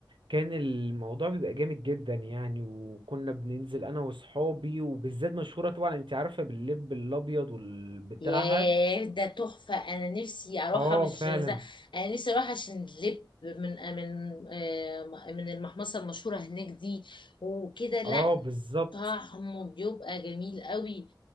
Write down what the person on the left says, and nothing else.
ياه ده تحفة انا نفسي اروحها
مش
ز... انا نفسي اروح عشان لب من من آه، من المحمصة المشهورة هناك دي وكده لا
طعمه بيبقى جميل قوي